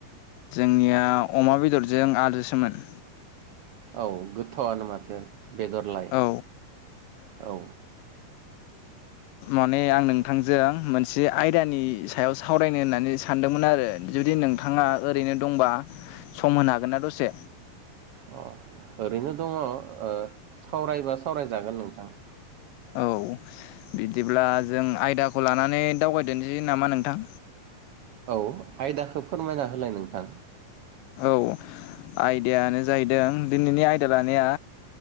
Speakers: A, on the left; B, on the right.
A: जोंनिया अमा बेदरजों आलुसोमोन।
B: औ गोथावानो माथो। बेगरलाय
A: औ
B: औ।
A: माने आं नोंथांजों मोनसे आयदानि सायाव सावरायनो होननानै सानदोंमोन आरो जुदि नों थाङा ओरैनो दंबा सम होनो हागोन ना दसे?
B: अ ओरैनो दङ ओ सावरायबा सावरायजागोन नोंथां।
A: औ बिदिब्ला जों आयदाखौ लानानै दावबायदोनोसै नामा नोंथां।
B: औ आयदाखौ फोरमायना होलाय नोंथां।
A: औ आयदायानो जाहैदों दिनैनि आयदा लानाया।